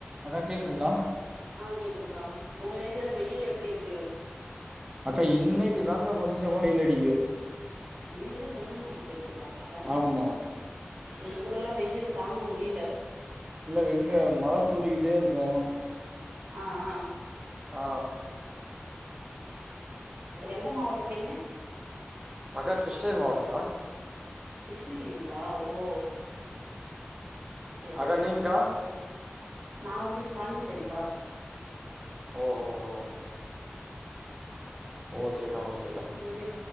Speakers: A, on the right; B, on the right.
A: அக்கா கேக்குதுங்ளா
B: ஆ கேக்குதுப்பா உங்க ஏரியால வெயில் எப்டி இருக்கு
A: அக்கா இன்னைக்கு தாங்கா கொஞ்சமா வெயில் அடிக்கு
B: இன்னைக்குதா கொஞ்சமா வெயில் அடிக்குதா அடடா
A: ஆமா
B: எங் ஊரெல்லா வெயில் தாங்க முடில
A: இல்லக்கா இங்க மழ தூறிக்கிட்டே இருக்கு
B: ஆ ஆ
A: ஆ
B: எந்த மாவட்டோ நீங்க
A: அக்கா கிருஷ்ணகிரி மாவட்டங்கா
B: கிருஷ்ணகிரிங்ளா ஓ செரி
A: அக்கா
B: செரி
A: நீங்க்கா
B: நா வந்து பாண்டிச்சேரிப்பா
A: ஓஹோ ஓ ஓகே கா ஓகே
B: இங்க